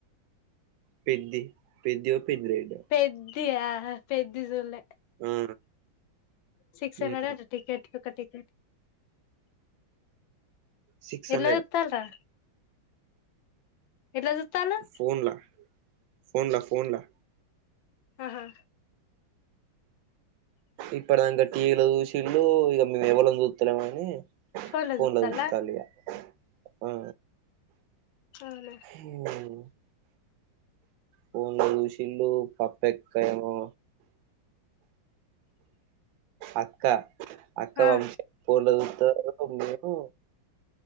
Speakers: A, on the right; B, on the left.
A: పెద్ది పెద్దో పెద్దిరెడ్డో
B: పెద్దియా పెద్ది చూడలే
A: ఆ
B: సిక్స్ హండ్రెడ్
A: ఉమ్
B: అట టికెట్ ఒక టికెట్
A: సిక్స్
B: ఎట్లా
A: హండ్రెడ్
B: చూత్తాల్ రా ఎట్లా జూస్తాలు
A: ఫోన్లా ఫోన్లా ఫోన్లా
B: ఆహా
A: ఇప్పటిదాంక టీవీ లో చూసిల్లు ఇక మేము ఎవలం చూస్తలేము అని
B: ఫోన్ లో
A: ఫోన్ల
B: చూస్తాలా
A: చూత్తాళ్ ఇగ ఆ
B: అవ్ లే
A: ఊ ఫోన్ల చూసిల్లు పప్పక్కయ్యేమో అక్క అక్క
B: ఆ
A: పంప్ ఫోన్ లో చూస్తది మేము